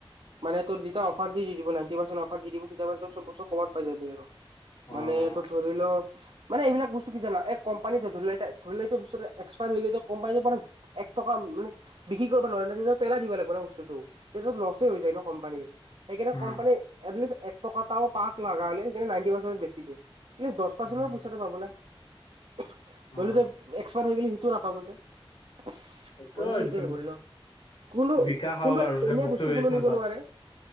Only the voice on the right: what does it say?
মানে তোৰ যেতিয়া অফাৰ দি দি দিব <inaudible> অফাৰ দি দিব তেতিয়া মানে ত‌ই চবচে কমত পাই যাবি আৰু।
<unintelligible> মানে তোৰ ধৰি ল <inaudible> মানে এইবিলাক বস্তু কি জানা এই কম্পানীটো ধৰি লাই ধৰি লাইটো বস্তুটো এক্সপায়াৰ হৈ গৈ কোম্পানীটো পৰা <inaudible> এক টকা মানে বিক্ৰী কৰিব নোৱাৰে ন তেতিয়া <inaudible> পেলাই দিব লাগিব বস্তুটো লচেই হৈ যায় ন কোম্পানীৰ। <unintelligible> সেইকাৰণে
কোম্পানী এট লিষ্ট এক টক এটা পাওক লগা হলে সেইকাৰণে নাইনটি পাৰ্চেন্টত বেছি দিয়ে। <inaudible> এট লিষ্ট দহ পাৰ্চেণ্টৰ
পইচাটো পাব না। <inaudible> <inaudible>
ধৰিলো যে এক্সপায়াৰ হৈ গলে সিটোও নাপাব যে কথাটো
সিটো আহিব ন। <unintelligible> কোনটো-কোনটো
এনে বস্তু
কোনো
নিব নোৱাৰে।